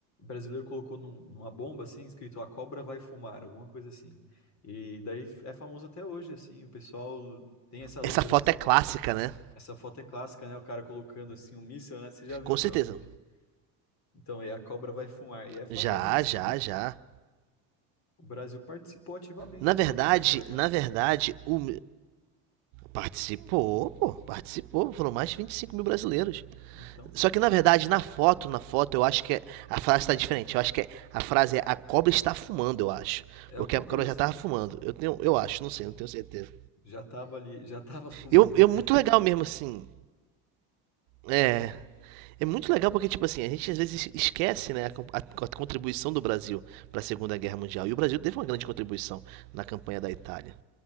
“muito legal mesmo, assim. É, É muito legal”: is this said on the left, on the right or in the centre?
Right